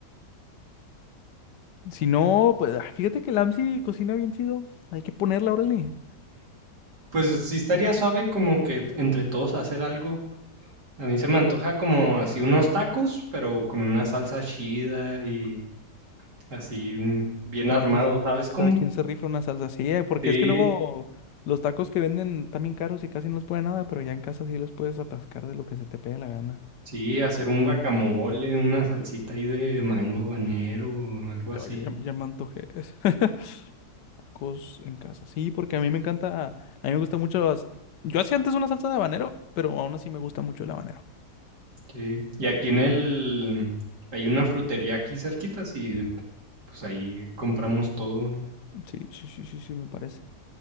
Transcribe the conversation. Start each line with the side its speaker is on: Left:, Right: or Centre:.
Left: Si no, pues ah, fíjate que el AMSI cocina bien chido. Hay que ponerla, órale.
Right: Pues sí estaría suave como que entre todos hacer algo. A mí se me antoja como así unos tacos, pero con una salsa chida y así un- bien armado,
Left: Cada quien,
Right: ¿sabes
Left: cada
Right: cómo?
Left: quien se rifa una salsa. Sí, eh, porque
Right: Sí,
Left: es que luego los tacos que venden están bien caros y casi no les pone nada, pero ya en casa sí les puedes atascar de lo que se te pegue la gana.
Right: sí, hacer un guacamole, una salsita ahí de mango habanero, algo así.
Left: Oye, ya, ya me antojé. <laughs> Tacos en casa. Sí, porque a mí me encanta, a mí me gusta mucho las... Yo hacía antes una salsa de habanero, pero aún así me gusta mucho el habanero.
Right: Sí. Y aquí en el... hay una frutería aquí cerquita, y pues ahí compramos todo.
Left: Sí, sí, sí, sí, sí, me parece.